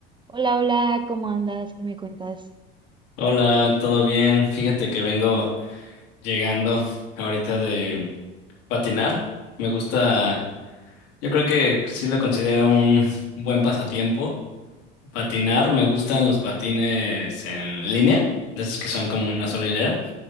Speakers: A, on the right; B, on the left.
A: Hola, hola, ¿cómo andas? ¿Qué me cuentas?
B: Hola, ¿todo bien? Fíjate que vengo llegando ahorita de patinar. Me gusta, yo creo que sí lo considero un buen pasatiempo. Patinar, me gustan los patines en línea, de esos que son como una sola hilera.